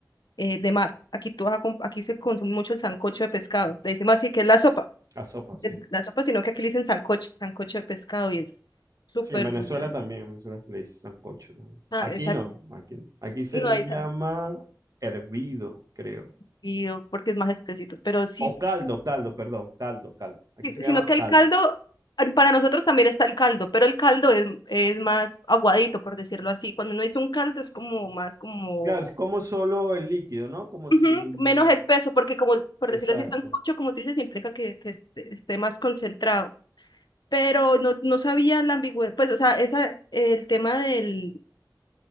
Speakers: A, on the left (about 75°); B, on the right (about 50°).
A: eh, de mar. Aquí, tú vas a com- aquí se consume mucho el sancocho de pescado. Le decimos así que es la sopa,
B: A sopa, sí.
A: eh, la sopa, sino que aquí le dicen sancocho, sancocho de pescado y es súper
B: Sí, en Venezuela
A: brutal.
B: también, en Venezuela se le dice sancocho también.
A: Ah,
B: Aquí
A: exacto.
B: no, aquí no. Aquí se
A: No
B: le
A: hay
B: llama
A: tan-
B: hervido, creo.
A: eh, oh, porque es más espesito, pero sí,
B: O caldo, caldo, perdón, caldo, caldo. Aquí
A: si-
B: se llama
A: sino que el
B: caldo.
A: caldo, ah, para nosotros también está el caldo, pero el caldo es, es más aguadito, por decirlo así. Cuando uno dice un caldo es como más como...
B: Claro, es como solo el líquido, ¿no? Como
A: Ujú,
B: sin...
A: menos espeso, porque como, por
B: Exacto,
A: decirlo así, sancocho, como tú dices, implica que, que esté, esté más concentrado. pero no, no sabía la ambigüedad, pues, o sea, esa, el tema del,